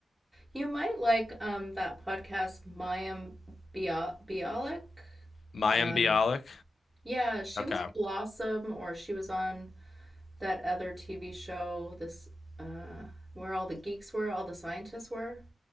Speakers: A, on the right; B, on the left.
A: You might like um that podcast Mayim Bia Bialik.
B: Mayim
A: Um
B: Bialik.
A: yeah, she
B: Okay.
A: was Blossom or she was on that other TV show this uh where all the geeks were, all the scientists were.